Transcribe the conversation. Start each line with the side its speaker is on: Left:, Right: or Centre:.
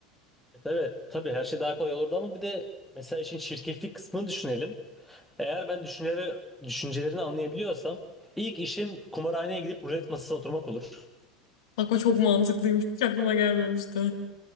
Centre: E tabii, tabii her şey daha kolay olurdu ama bir de mesela işin şirketlik kısmını düşünelim. Eğer ben düşünceleri, düşüncelerini anlayabiliyorsam ilk işim kumarhaneye gidip rulet masasına oturmak olur.
Left: Bak o çok mantıklıymış hiç aklıma gelmemişti.